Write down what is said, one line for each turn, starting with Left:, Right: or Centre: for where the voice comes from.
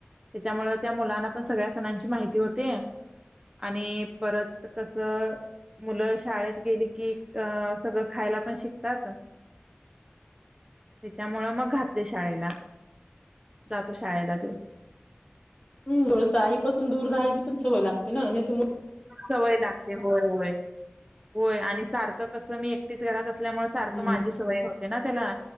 Right: त्याच्यामुळं त्या मुलांना पण सगळ्या सणांची माहिती होते. आणि परत कसं मुलं शाळेत गेली की अ सगळं खायला पण शिकतात, त्याच्यामुळ मग घातलंय शाळेला जातो शाळेला तो.
Left: हम थोड आईपासून दूर राहायची पण सवय लागते ना नाही तर मग
Right: सवय लागते होय होय होय आणि सारखं कस मी एकटीच घरात असल्यामुळे सारखं
Left: हम्म
Right: माझी सवय होते ना त्याला